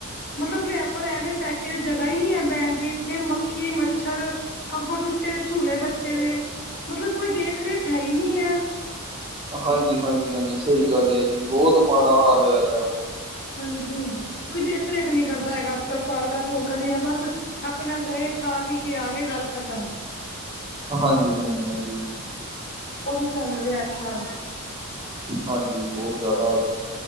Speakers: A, on the left; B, on the right.
A: ਮਤਲਬ ਰੈਪਰ ਐਵੇਂ ਫੈਕੇ ਦੀ ਜਗ੍ਹ ਹੀ ਨਹੀਂ ਹੈ ਬੈਣ ਦੀ। ਕਿ ਮੱਛਰ ਅੱਗੋਂ ਟੱ ਬਟੇ ਦੇ ਝੂਲੇ ਬੱਚੇ ਦੇ। ਮਤਲਬ ਕੋਈ ਦੇਖ ਰੇਖ ਹੈ ਹੀ ਨਹੀਂ ਹੈ।
B: ਹਾਂਜੀ- ਹਾਂਜੀ -ਹਾਂਜੀ ਸਹੀ ਗੱਲ ਆ ਜੀ ਬਹੁਤ ਮਾੜਾ ਹਾਲ ਹੋਇਆ ਤ ਆ।
A: ਹਾਂਜੀ, ਕੋਈ ਦੇਖ- ਰੇਖ ਨੀ ਕਰਦਾ ਹੈਗਾ। ਅੱਜ ਕੱਲ ਪਾਰਕਾਂ -ਪੂਰਕਾਂ ਦੀ ਜਾਂ ਬਸ ਆਪਣਾ ਗਏ ਖਾ- ਪੀ ਕੇ ਆ ਗਏ ਗੱਲ ਖ਼ਤਮ।
B: ਹਾਂਜੀ- ਹਾਂਜੀ -ਹਾਂਜੀ।
A: ਉਹੀ ਚੱਲ ਰਿਹਾ ਅੱਜਕੱਲ।
B: ਹਾਂਜੀ ਬਹੁਤ ਜ਼ਿਆਦਾ